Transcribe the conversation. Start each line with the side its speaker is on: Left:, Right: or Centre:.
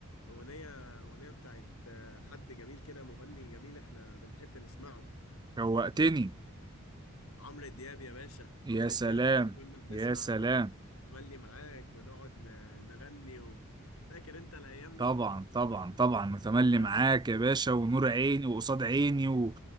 Left: اغنية اغنية بتاعت آه، حد جميل كده مغني جميل احنا بنحب نسمعه
Right: شوقتني
Left: عمرو دياب يا باشا
Right: يا
Left: عمرو
Right: سلام
Left: دياب لما كنا بنسمع
Right: يا سلام
Left: تملي معاك ونقعد ن- نغني و... فاكر انت الايام
Right: طبعا
Left: دي
Right: طبعا طبعا متملي
Left: بس
Right: معاك يا باشا ونور عيني وقصاد عيني و...